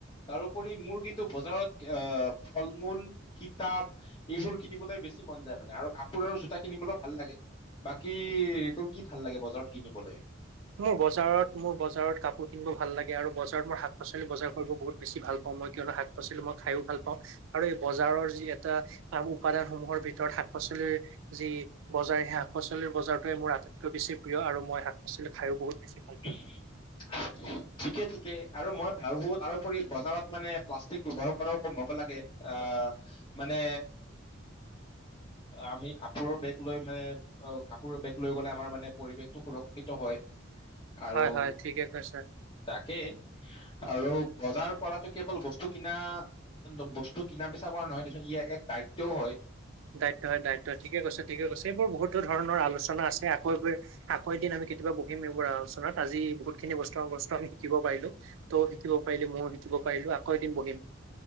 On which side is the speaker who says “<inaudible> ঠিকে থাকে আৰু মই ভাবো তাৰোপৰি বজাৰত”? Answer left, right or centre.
Left